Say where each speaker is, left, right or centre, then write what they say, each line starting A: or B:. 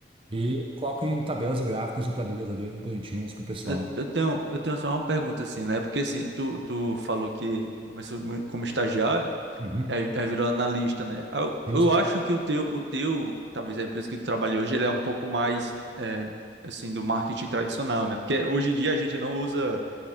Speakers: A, on the right (about 30°); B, on the right (about 65°).
A: E coloco em tabelas e gráficos e planilhas ali bonitinhas para o pessoal.
B: Eu, eu tenho, eu tenho só uma pergunta assim, né? Porque assim, tu, tu falou que começou mu- como estagiário,
A: Uhum.
B: aí, aí virou analista, né? Ah, Eu,
A: Sim,
B: eu
A: sim.
B: acho que o teu, o teu, talvez a empresa que tu trabalha hoje, ele é um pouco mais, é, assim, do marketing tradicional, né? Porque hoje em dia a gente não usa,